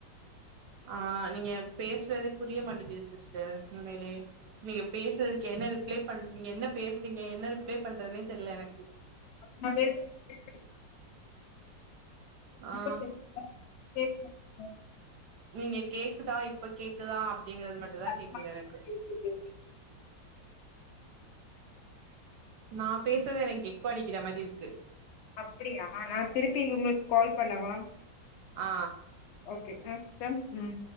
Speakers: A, on the right; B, on the left.
A: ஆ நீங்க எப் பேசுறதே புரிய மாட்டேங்குது சிஸ்டர் உம்மயிலயே நீங்க பேசுறதுக்கு என்ன ரிப்ளை பண்றீங்க என்ன பேஸ் பேஸ்ரிங்க என்ன ரிப்ளை பண்றதுன்னே தெரில எனக்கு
B: <inaudible>
A: ஆ
B: இப்ப கேக்குதா கேக்குதா சிஸ்டர்
A: நீங்க கேக்குதா இப்ப கேக்குதா அப்டிங்குறது மட்டுந்தா
B: அது
A: கேக்குது
B: மட்டுந்தா
A: எனக்கு
B: கேக்குது
A: நா பேசுறது எனக்கு எக்கோ அடிக்கிற மாரி இருக்கு
B: அப்டியா நா திருப்பி இவுங்களுக்கு கால் பண்ணவா
A: ஆ
B: ஓகே அம் டம் உம்